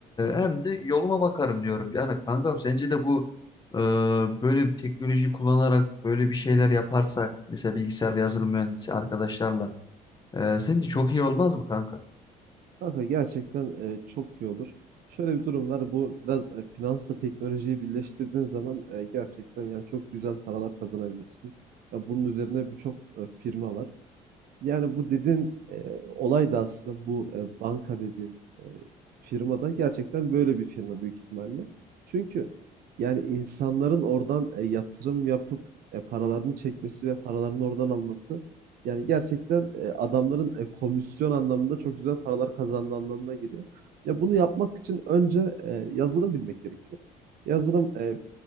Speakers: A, on the left; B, on the right.
A: hem de yoluma bakarım diyorum. Yani kankam sence de bu e, böyle bir teknoloji kullanarak böyle bir şeyler yaparsak mesela bilgisayar ve yazılım mühendisi arkadaşlarla e, sence
B: Hı hı.
A: çok iyi olmaz mı kanka?
B: Kanka gerçekten, eee, çok iyi olur. Şöyle bir durum var. Bu biraz, eee, finansla teknolojiyi birleştirdiğin zaman, eee, gerçekten yani çok güzel paralar kazanabilirsin. Ya bunun üzerine birçok, eee, firma var. Yani bu dediğin e, olay da aslında bu e, banka dediğin e, firmada gerçekten böyle bir firma büyük ihtimalle. Çünkü yani insanların oradan e, yatırım yapıp e, paralarını çekmesi ve paralarını oradan alması yani gerçekten e, adamların e, komisyon anlamında çok güzel paralar kazandığı anlamına geliyor. Ya bunu yapmak için önce e, yazılım bilmek gerekiyor. Yazılım e,